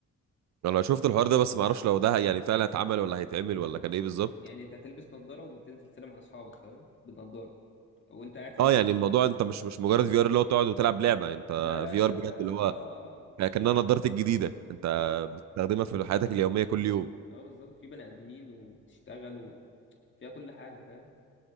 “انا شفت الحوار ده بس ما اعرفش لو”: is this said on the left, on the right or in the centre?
Right